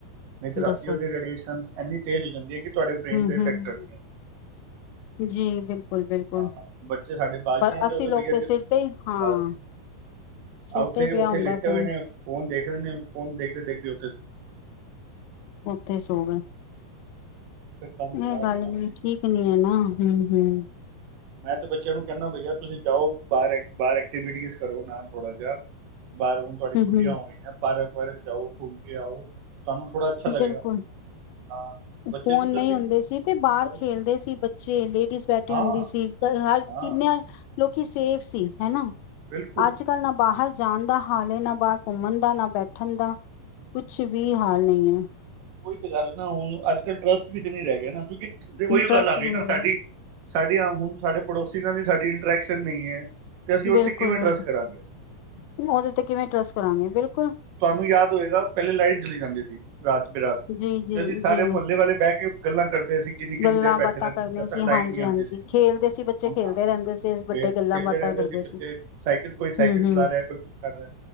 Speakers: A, on the right; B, on the left.
A: ਨਹੀਂ ਫਿਰ
B: ਦੱਸੋ
A: ਅਪੇ ਉਹਦੀ ਰੇਡੀਏਸ਼ਨ ਇੰਨੀ ਤੇਜ਼ ਹੋ ਜਾਂਦੀ ਹੈ ਕਿ ਤੁਹਾਡੇ ਬ੍ਰੇਨ
B: ਹਮ
A: 'ਤੇ ਇਫੈਕਟ
B: ਹਮ
A: ਕਰਦੀਆਂ।
B: ਜੀ ਬਿਲਕੁਲ-ਬਿਲਕੁਲ
A: ਹਾਂ ਬੱਚੇ ਸਾਡੇ <unintelligible> ਨਹੀਂ
B: ਪਰ
A: ਜਾਂਦੇ
B: ਅਸੀਂ
A: ਉਹ ਤਾਂ
B: ਲੋਕ
A: ਬਈ <unintelligible>
B: ਤੇ ਸਿਰ ਤੇ ਹੀ ਹਾਂ
A: ਬਸ
B: ਸਿਰ
A: ਉੱਥੇ
B: ਤੇ ਹੀ ਪਿਆ
A: ਉੱਥੇ
B: ਹੁੰਦਾ
A: ਲੇਟੇ
B: ਫੋਨ
A: ਹੋਏ ਨੇ, ਫੋਨ ਦੇਖ ਰਹੇ ਨੇ ਫੋਨ ਦੇਖਦੇ-ਦੇਖਦੇ <unintelligible>
B: ਉਥੇ ਸੋ ਗਏ।
A: ਫਿਰ ਕੰਮ
B: ਇਹ
A: ਖਰਾਬ
B: ਗੱਲ
A: ਹੈ ਨਾ ਉਸ
B: ਵੀ
A: ਚੀਜ਼
B: ਠੀਕ ਨੀ ਐ ਨਾ ਹੂੰ ਹੂੰ।
A: ਦਾ। ਮੈਂ ਤੇ ਬੱਚਿਆਂ ਨੂੰ ਕਹਿਨਾ ਬਈਆ ਤੁਸੀਂ ਜਾਓ। ਬਾਹਰ ਬਾਹਰ ਐਕਟੀਵਿਟੀ <unintelligible> ਕਰੋ ਨਾਮ ਥੋੜਾ ਜਾ। ਬਾਹਰ ਹੁਣ ਤੁਹਾਡੀ
B: ਹੂੰ-ਹੂੰ
A: ਛੁੱਟੀਆਂ ਹੋ ਰਹੀਆਂ ਪਰ ਬਾਹਰ ਜਾਓ ਘੁੰਮ ਕੇ ਆਓ। ਤੁਹਾਨੂੰ ਥੋੜਾ ਅੱਛਾ ਲੱਗੇਗਾ
B: ਬਿਲਕੁਲ,
A: ਹਾਂ
B: ਫੋਨ
A: ਬੱਚੇ ਨਿਕਲਦੇ
B: ਨਹੀਂ ਹੁੰਦੇ
A: ਹੀ
B: ਸੀ ਤੇ ਬਾਹਰ
A: ਬਸ
B: ਖੇਲਦੇ ਸੀ ਬੱਚੇ ਲੇਡੀਜ ਬੈਠ ਠੇ
A: ਹਾਂ
B: ਹੁੰਦੀ ਸੀ ਹਰ
A: ਹਾਂ
B: ਕਿੰਨੇ ਲੋਕੀ ਸੇਫ ਸੀ। ਹੈ ਨਾ,
A: ਬਿਲਕੁਲ
B: ਅੱਜ ਕੱਲ ਨਾ ਬਾਹਰ ਜਾਣ ਦਾ ਹਾਲ ਏ ਨਾ ਬਾਹਰ ਘੁੰਮਣ ਦਾ ਨਾ ਬੈਠਣ ਦਾ ਕੁਛ ਵੀ ਹਾਲ ਨਹੀਂ ਐ। <inaudible>
A: ਕੋਈ ਗੱਲ ਨਾ ਉਹਨੂੰ ਅੱਜਕਲ ਟਰਸਟ ਵਿੱਚ ਨਹੀਂ ਰਹਿ ਗਿਆ ਕਿਉਂਕਿ ਤੇ ਉਹੀ
B: ਇੰਟਰਸਟ
A: ਗੱਲ ਆ
B: ਵੀ
A: ਗਈ ਨਾ
B: ਨਹੀਂ ਰਹੇ
A: ਸਾਡੀ ਹੁਣ ਸਾਡੇ ਪੜੋਸੀ ਨਾਲ ਦੀ ਸਾਡੀ ਇੰਟਰੈਕਸ਼ਨ ਨਹੀਂ ਹੈ ਤੇ ਅਸੀਂ ਉਹ
B: ਬਿਲਕੁਲ
A: ਤੇ ਕਿਵੇਂ
B: ਬਿਲਕੁਲ
A: ਟਰਸਟ ਕਰਾਂਗੇ
B: ਉਹਦੇ ਤੇ ਕਿਵੇਂ ਟਰਸਟ ਕਰਾਉਣੀ ਹੈ ਬਿਲਕੁਲ
A: ਤੁਹਾਨੂੰ ਯਾਦ ਹੋਵੇਗਾ ਪਹਿਲੇ ਲਾਈਟ ਜਲੀ ਜਾਂਦੀ ਸੀ ਰਾਤ ਬ ਰਾਤ
B: ਜੀ-ਜੀ-ਜੀ
A: ਤੇ ਅਸੀਂ ਸਾਰੇ ਮੁਹੱਲੇ ਵਾਲੇ ਬਹਿ ਕੇ ਗੱਲਾਂ ਕਰਦੇ ਕਿੰਨੀ ਕਿੰਨੀ
B: ਗੱਲਾਂ
A: ਦੇਰ ਬੈਠੇ
B: ਬਾਤਾਂ
A: ਰਹਿੰਦੇ
B: ਕਰਨੀਆਂ
A: ਜਦ ਤੱਕ
B: ਸੀ
A: ਲਾਈਟ
B: ਹਾਂਜੀ
A: ਨਹੀਂ ਆਉਂਦੇ
B: ਹਾਂਜੀ
A: ਸੀ
B: ਖੇਲਦੇ ਸੀ ਬੱਚੇ
A: ਹੁਣ
B: ਖੇਲਦੇ ਰਹਿੰਦੇ ਸੀ ਵੱਡੇ
A: ਫੇਰ ਕਹਿੰਦੇ
B: ਗੱਲਾਂ ਬਾਤਾਂ
A: ਰਹਿੰਦੇ
B: ਕਰਦੇ
A: ਸੀ ਬੱਚੇ ਸਾਈਕਲ ਕੋਈ ਸਾਈਕਲ
B: ਹੂੰ
A: ਚਲਾ
B: ਹੂੰ
A: ਰਿਹਾ ਕੋਈ ਕੁਛ ਕਰ ਰਿਹਾ